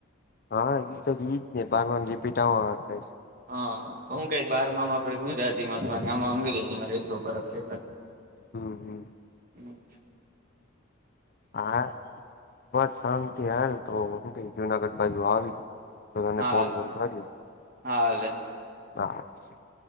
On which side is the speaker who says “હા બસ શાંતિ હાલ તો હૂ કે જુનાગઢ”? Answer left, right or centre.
Left